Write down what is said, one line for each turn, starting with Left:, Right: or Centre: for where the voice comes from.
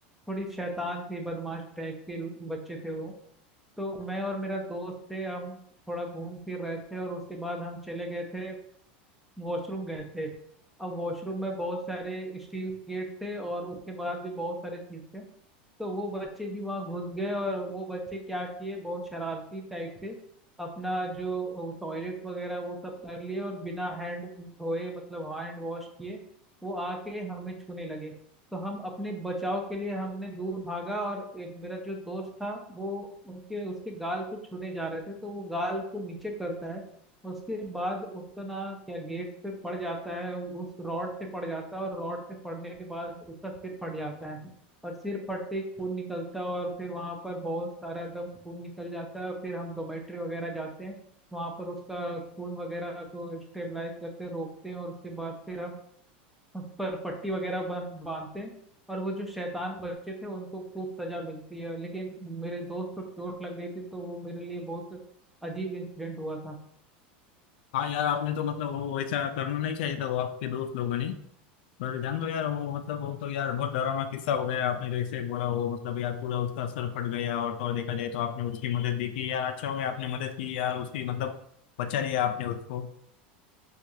Centre: थोड़ी शैतान थी बदमाश टाइप के बच्चे थे वो तो मैं और मेरा दोस्त थे हम थोड़ा घूम फिर रहे थे और उसके बाद हम चले गए थे वॉशरूम गए थे अब वॉशरूम में बहुत सारे स्टील गेट थे और उसके बाद भी बहुत सारे चीज थे तो वो बच्चे भी वहाँ घुस गए और वो बच्चे क्या किए बहुत शरारती टाइप से अपना जो टॉयलेट वगैरह वो सब कर लिए और बिना हैंड धोए मतलब हैंड वॉश किए वो आके हमें छूने लगे तो हम अपने बचाव के लिए हमने दूर भागा और ए, मेरा जो दोस्त था वो उनके उसके गाल पे छूने जा रहे थे तो वो गाल को नीचे करता है उसके बाद उसका ना क्या गेट पे पड़ जाता है उस रॉड से पड़ जाता है और रॉड से पड़ने के बाद उसका सिर फट जाता है और सिर फट से ही खून निकलता है और फिर वहां पर बहुत सारा एकदम खून निकल जाता है और फिर हम डोमेट्री वगैरह जाते हैं वहां पर उसका खून वगैरह को स्टेबलाइज करते हैं रोकते हैं और उसके बाद फिर हम उस पर पट्टी वगैरह बन बांधते हैं और वो जो शैतान बच्चे थे उनको खूब सजा मिलती है लेकिन मेरे दोस्त को चोट लग गई थी तो वो मेरे लिए बहुत अजीब इंसिडेंट हुआ था
Left: हाँ यार आपने तो मतलब वो ऐसा करना नहीं चाहिए था वो आपके दोस्त लोगों ने पर जान लो यार वो मतलब वो तो यार बहुत डरावना किस्सा हो गया आपने जैसे बोला वो मतलब यार पूरा उसका सर फट गया और तो और देखा जाए तो आपने उसकी मदद भी की यार अच्छा हो गया आपने मदद की यार उसकी मतलब बचा लिया आपने उसको